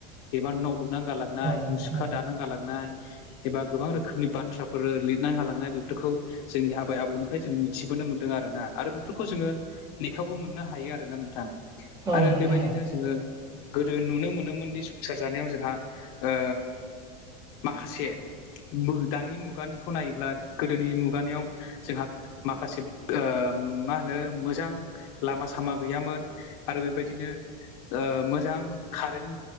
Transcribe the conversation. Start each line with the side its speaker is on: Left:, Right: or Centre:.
Left: एबा न' लुनानै गालां नाय
Right: औ
Left: मुसुखा दाना गालांनाय एबा गोबां रोखोमनि बाथ्राफोर लिरना गालांनाय बेफोरखौ जोंनि आबै आबौनिफ्राय जों मिथिबोनो मोन्दों आरोना आरो बेफोरखौ जोङो लेखायावबो मोननो हायो आरोना नोंथां
Right: औ
Left: आरो
Right: नोंथां औ नोंथां
Left: बेबायदिनो
Right: औ नोंथां औ
Left: जोङो गोदो नुनो मोनोमोनदि संसार जानायाव जोंहा ओ माखासे मु दानि मुगानिखौ नायोब्ला गोदोनि मुगानियाव जोंहा माखासे ओ मा होनो मोजां लामा सामा गैयामोन आरो बेबायदिनो ओ मोजां कारेन्ट